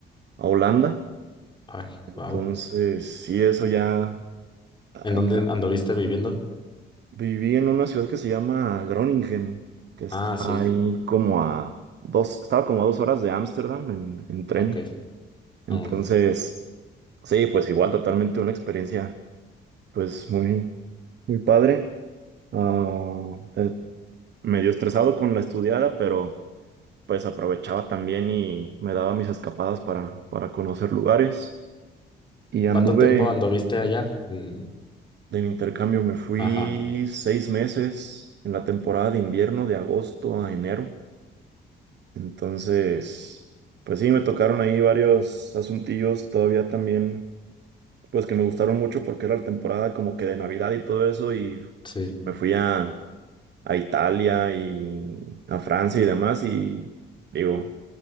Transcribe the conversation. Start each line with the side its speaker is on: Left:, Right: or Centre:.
Right: Holanda.
Left: Ay,
Right: Entonces,
Left: wow.
Right: sí, eso ya, ay,
Left: ¿En dónde
Right: caramba,
Left: anduviste viviendo?
Right: Viví en una ciudad que se llama Groningen, que está
Left: Ah, sí.
Right: ahí como a dos, estaba como a dos horas de Ámsterdam en, en tren.
Left: Ok.
Right: Entonces,
Left: Oh.
Right: sí, pues igual totalmente una experiencia, pues muy, muy padre. Ah, eh, medio estresado con la estudiada, pero pues aprovechaba también y me daba mis escapadas para, para conocer lugares. Y anduve
Left: ¿Cuánto tiempo anduviste allá? Mm,
Right: de mi intercambio, me fui
Left: Ajá.
Right: seis meses en la temporada de invierno, de agosto a enero. Entonces, pues sí, me tocaron ahí varios asuntillos todavía también, pues que me gustaron mucho porque era la temporada como que de Navidad y todo eso y
Left: Sí.
Right: me fui a, a Italia y a Francia y demás y digo,